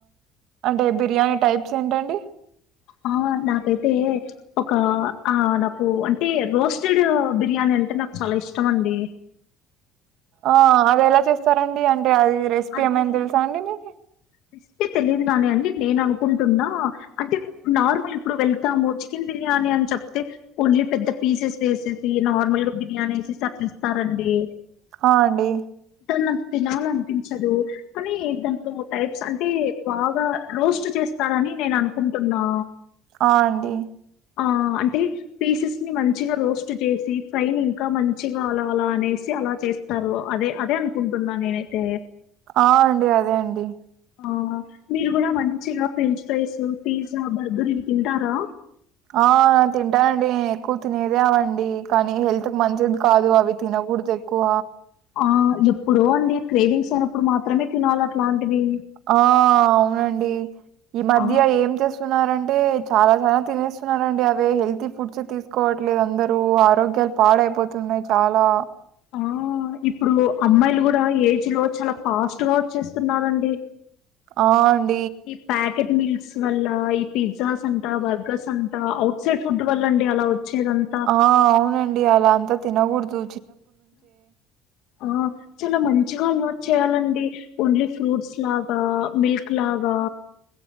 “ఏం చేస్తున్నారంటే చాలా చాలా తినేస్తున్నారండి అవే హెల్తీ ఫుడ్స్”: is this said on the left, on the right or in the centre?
Right